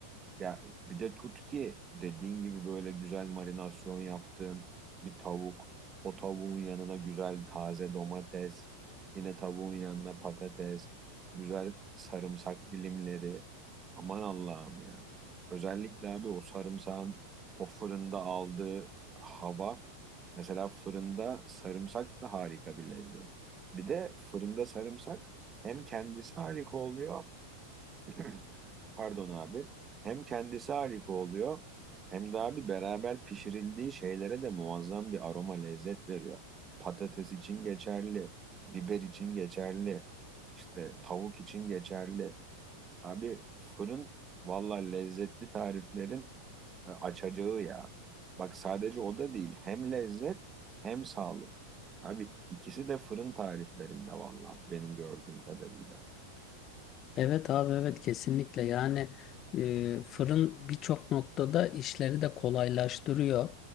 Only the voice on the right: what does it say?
Ya bir de tut ki dediğin gibi böyle güzel marinasyon yaptığın bir tavuk. O tavuğun yanına güzel taze domates, yine tavuğun yanına patates, güzel sarımsak dilimleri. Aman Allah'ım ya. Özellikle abi o sarımsağın o fırında aldığı hava. Mesela fırında sarımsak da harika bir lezzet. Bir de fırında sarımsak hem kendisi harika oluyor <clears throat> Pardon abi. Hem kendisi harika oluyor hem de abi beraber pişirildiği şeylere de muazzam bir aroma lezzet veriyor. Patates için geçerli, biber için geçerli, işte tavuk için geçerli. Abi fırın valla lezzetli tariflerin e, açacağı ya. Bak sadece o da değil hem lezzet hem sağlık. Abi ikisi de fırın tariflerinde valla benim gördüğüm kadarıyla.